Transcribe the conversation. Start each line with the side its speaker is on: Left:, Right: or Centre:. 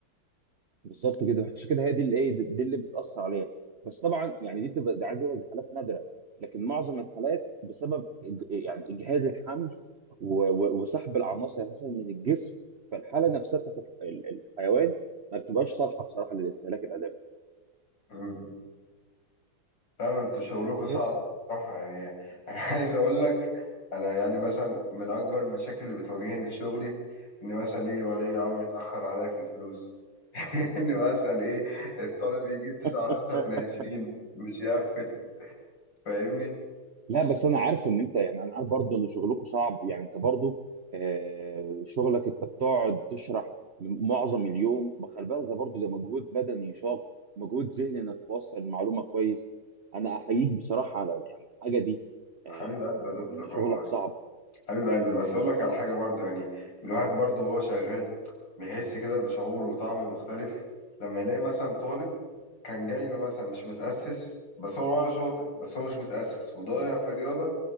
Right: بالظبط كده عشان كده هي دي اللي ايه دي دي اللي بتاثر عليها بس طبعا يعني دي بتبقى دي عايز اقول لك دي حالات نادره لكن معظم الحالات بسبب إج- يعني اجهاد الحمل و- و- وسحب العناصر اساسا من الجسم فالحاله نفسها بتاعت الح- ال- الحيوان ما بتبقاش صالحه بصراحه للاستهلاك الادمي
Left: مم. لا ده انتوا شغلكوا صعب
Right: بس
Left: بصراحة يعني أنا <laughs> عايز أقول لك أنا يعني مثلا من أكبر المشاكل اللي بتواجهني في شغلي إن مثلا إيه ولي أمر اتأخر عليا في الفلوس <laughs> إن مثلا إيه الطالب يجيب 19
Right: <laughs>
Left: من 20 مش يقفل فاهمني؟
Right: لا بس انا عارف ان انت يعني انا عارف برضه ان شغلكم صعب يعني انت برضه آه، شغلك انت بتقعد تشرح معظم اليوم بخلي بالك ده برضه ده مجهود بدني شاق مجهود ذهني انك توصل المعلومه كويس انا احييك بصراحه على يعني الحاجه دي
Left: حبيب
Right: آه،
Left: قلبي يا دكتور
Right: ان شغلك
Left: والله
Right: صعب
Left: حبيب قلبي بس اقول لك على حاجه برضو يعني الواحد برضو وهو شغال بيحس كده بشعور وطعم مختلف لما يلاقي مثلا طالب كان جاي له مثلا مش متاسس بس هو ولا شاطر بس هو مش متاسس وضايع في رياضه